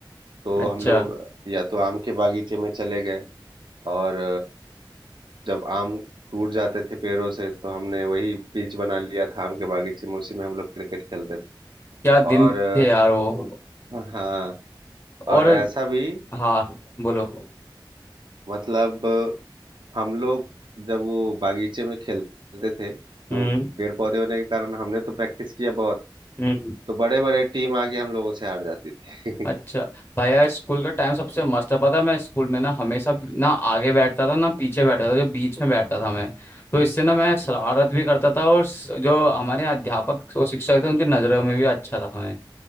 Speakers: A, on the right; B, on the left.
A: तो
B: अच्छा
A: हम लोग या तो आम के बागीचे में चले गए और जब आम टूट जाते थे पेड़ों से तो हमने वही पिच बना लिया था आम के बागीचे में उसी में हम लोग क्रिकेट खेलते थे
B: क्या दिन
A: और अ,
B: थे यार वो
A: हाँ
B: और
A: और ऐसा भी
B: हाँ बोलो
A: मतलब अ, हम लोग जब वो बागीचे में खेलते थे तो
B: हम्म
A: पेड़ पौधे होने के कारण हमने तो प्रैक्टिस किया बहुत
B: हम्म
A: तो बड़े बड़े टीम आके हम लोगों से हार जाती थी
B: अच्छा
A: <laughs>
B: भाई यार स्कूल का टाइम सबसे मस्त था पता है, मैं स्कूल में ना हमेशा ना आगे बैठता था ना पीछे बैठता था जो बीच में बैठता था मैं तो इससे ना मैं शरारत भी करता था और स- जो हमारे अध्यापक और शिक्षक थे उनकी नज़रों में भी अच्छा था मैं